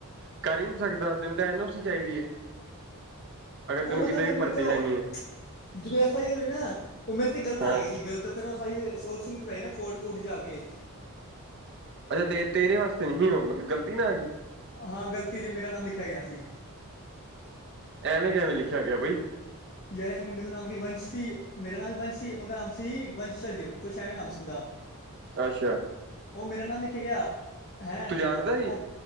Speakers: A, on the right (about 55°); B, on the left (about 45°).
A: ਕਰ ਹੀ ਨਹੀ ਸਕਦਾ ਤੈਨ ਤਾਂ ਐਨ ਓ ਸੀ ਚਾਹੀਦੀ ਹੈ ਅਗਰ
B: ਉਹ
A: ਤੈਨੂੰ
B: ਮਤਲਬ
A: ਕਿਤੇ
B: ਫਿਰ
A: ਵੀ
B: ਮੇਰੇ
A: ਭਰਤੀ
B: ਤੇ
A: ਲੈਣੀ ਹੈ
B: ਜਿਵੇ ਏਫ ਆਈ ਨਾ ਉਹ ਮੇਰੇ ਤੇ ਗ਼ਲਤ
A: ਹਾਂ
B: ਆ ਗਈ ਸੀ ਗ਼ਲਤ ਤੇ ਫੇਿਰ ਉਹ ਸਹੀ ਸੁਲ ਸੁਲ ਪੜਾਈ ਨਾ ਕੋਟ ਕੁਟ ਜਾ ਕੇ
A: ਅੱਛਾ ਤੇ ਤੇਰੇ ਵਾਸਤੇ ਨਹੀਂ ਸੀ ਉਹ ਮਤਲਬ ਗਲਤੀ ਨਾ ਆ ਗਈ
B: ਹਾਂ ਗਲਤੀ ਜ ਮੇਰਾ ਨਾਮ ਲਿਖਿਆ ਗਿਆ ਸੀ
A: ਐਵੇਂ ਕਿਵੇਂ ਲਿਖਿਆ ਗਿਆ ਬਈ
B: ਯਾਰ ਇਕ ਮੁੰਡੇ ਦਾ ਨਾਮ ਵੀ ਵੰਸ਼ ਸੀ, ਮੇਰਾ ਨਾਮ ਵੀ ਵੰਸ਼ ਸੀ, ਉਹਦਾ ਨਾਮ ਸੀ ਵੰਸ਼ਜ ਕੁਛ ਐ ਵੀ ਨਾਮ ਸੁਨਦਾ
A: ਅੱਛਾ।
B: ਉਹ ਮੇਰਾ ਨਾਮ ਲਿਖ ਕੇ ਗਿਆ, ਹੈਂ
A: ਤੂੰ ਜਾਣਦਾ ਸੀ
B: ਉਹ